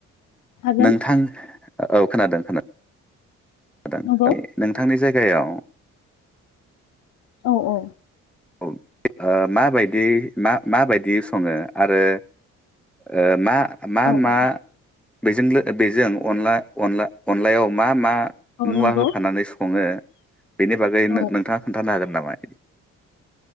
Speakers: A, on the left; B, in the centre.
A: हागोन
B: नोंथां औ खोनादों खोना <unintelligible>
A: नंगौ
B: नोंथांनि जाय गायाव
A: औ औ
B: ओ माबायदि मा-माबायदि सङो आरो ओ मा मा
A: औ
B: मा?
A: औ
B: बेजों बेजों अनला अनला अनलायाव मा मा।
A: औ
B: मुवा
A: नंगौ
B: होफानानै सङो बेनि बागै
A: औ
B: नो-नोंथाङा खोन्थानो हागोन नामा इदि